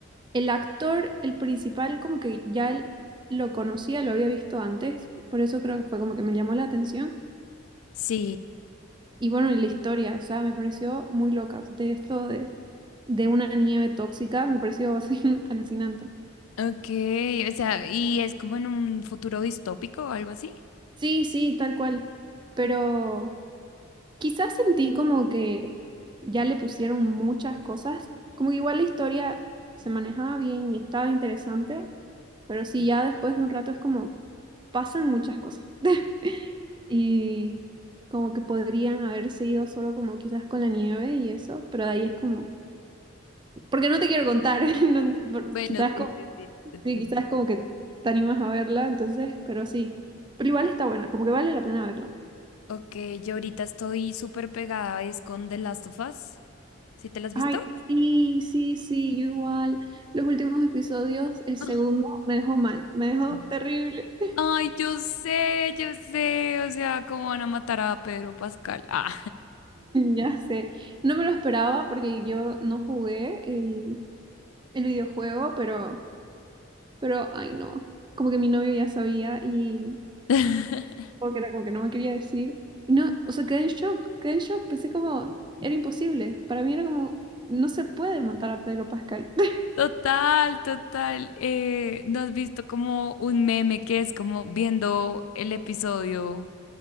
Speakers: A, on the right; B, on the left.
A: el actor, el principal, como que ya lo conocía, lo había visto antes. Por eso creo que fue como que me llamó la atención.
B: sí.
A: Y bueno, y la historia, o sea, me pareció muy loca. De esto de, de una nieve tóxica, me pareció así <laughs> alucinante.
B: Ok, o sea, ¿y es como en un futuro distópico o algo así?
A: Sí, sí, tal cual. Pero quizás sentí como que ya le pusieron muchas cosas. Como que igual la historia se manejaba bien y estaba interesante. Pero sí,
B: Sí.
A: ya después de un rato es como pasan muchas cosas. <laughs> Y como que podrían haberse ido solo como quizás con la nieve y eso. Pero de ahí es como Porque no te quiero contar. <laughs> no- por-
B: Bueno,
A: quizás
B: sí,
A: como,
B: sí, sí, te entendí.
A: sí, quizás como que te animas a verla, entonces, pero sí. Pero igual está buena, como que vale la pena verla.
B: Ok, yo ahorita estoy súper pegada, es con The Last of Us. ¿Sí te la has
A: Ay,
B: visto?
A: sí, sí, sí, yo igual. Los últimos episodios, el segundo
B: Ay,
A: me dejó mal, me dejó
B: Mm.
A: terrible. <laughs>
B: Ay, yo sé, yo sé, o sea, cómo van a matar a Pedro Pascal. Ah.
A: Ya sé. No me lo esperaba porque yo no jugué el, el videojuego, pero, pero, ay no. Como que mi novio ya sabía y
B: <laughs>
A: como que era como que no me quería decir. Y no, o sea, quedé en shock, quedé en shock. Pensé como, era imposible. Para mí era como, no se puede matar a Pedro Pascal. <laughs>
B: Total, total. Eh, ¿no has visto como un meme que es como viendo el episodio